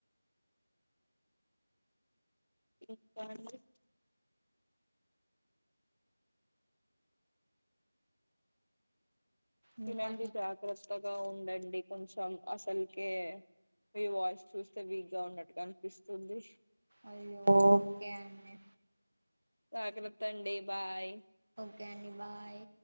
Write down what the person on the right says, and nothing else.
ఇంకా
అయ్యొ ఒకే అండి
కె అండి బాయ్